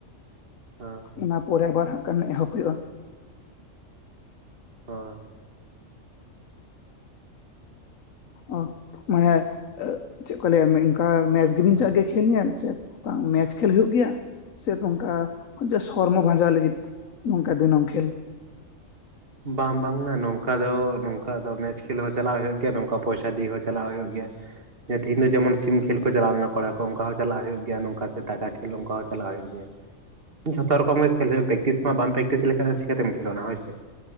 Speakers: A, on the right; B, on the left.
A: ᱦᱟᱸᱻ
B: ᱚᱱᱟ ᱯᱚᱨᱮ ᱟᱵᱟᱨ ᱦᱟᱜ ᱠᱷᱟᱱ ᱮᱦᱚᱵ ᱦᱩᱭᱩᱜᱼᱟ ᱾
A: ᱦᱚᱭ
B: ᱚ ᱢᱮᱪ ᱪᱮᱫ ᱠᱚ ᱞᱟᱹᱭᱟ ᱢᱮᱱᱠᱟ ᱢᱮᱪ ᱜᱮᱵᱮᱱ ᱪᱟᱜ ᱜᱮᱭᱟ ᱠᱷᱮᱞ ᱧᱮᱞ ᱥᱮ ᱵᱟᱝ ᱢᱮᱪ ᱠᱷᱮᱞ ᱦᱩᱭᱩᱜ ᱜᱮᱭᱟ ᱥᱮ ᱱᱚᱝᱠᱟ ᱡᱮᱥ ᱥᱚᱨᱢᱚ ᱵᱷᱟᱡᱟᱣ ᱞᱟᱹᱜᱤᱫ ᱱᱚᱝᱠᱟ ᱫᱤᱱᱟᱹᱢ ᱠᱷᱮᱞ
A: ᱵᱟᱝ ᱵᱟᱝᱱᱟ ᱱᱚᱝᱠᱟ ᱫᱚ ᱱᱚᱝᱠᱟ ᱫᱚ ᱢᱮᱪ ᱠᱷᱮᱞ ᱦᱚᱸ ᱪᱟᱞᱟᱜ ᱦᱩᱭᱩᱜ ᱜᱮᱭᱟ ᱱᱚᱝᱠᱟ ᱯᱚᱭᱥᱟ ᱫᱤᱭᱮ ᱦᱚᱸ ᱪᱟᱞᱟᱜ ᱦᱩᱭᱩᱜ ᱜᱮᱭᱟ ᱮ ᱛᱮᱦᱮᱧ ᱫᱚ ᱡᱮᱢᱚᱱ ᱥᱤᱢ ᱠᱷᱮᱞ ᱠᱚ ᱪᱟᱞᱟᱣ ᱞᱮᱱᱟ ᱠᱚᱲᱟ ᱠᱚ ᱚᱱᱠᱟ ᱦᱚᱸ ᱪᱟᱞᱟᱜ ᱦᱩᱭᱩᱜ ᱜᱮᱭᱟ ᱱᱚᱝᱠᱟ ᱥᱮ ᱴᱟᱠᱟ ᱠᱷᱮᱞ ᱚᱱᱠᱟ ᱦᱚᱸ ᱪᱟᱞᱟᱜ ᱦᱩᱭᱩᱜ ᱦᱩᱭᱩᱜ ᱜᱤᱭᱟ ᱡᱷᱚᱛᱚ ᱨᱚᱠᱚᱢ ᱜᱮ ᱠᱷᱮᱞ ᱦᱩᱭᱩᱜ ᱯᱮᱠᱴᱤᱥ ᱢᱟ ᱵᱟᱢ ᱯᱮᱠᱴᱤᱥ ᱞᱮᱠᱷᱟᱱ ᱪᱤᱠᱟᱛᱮᱢ ᱠᱷᱮᱞᱚᱱᱟ ᱦᱳᱭ ᱥᱮ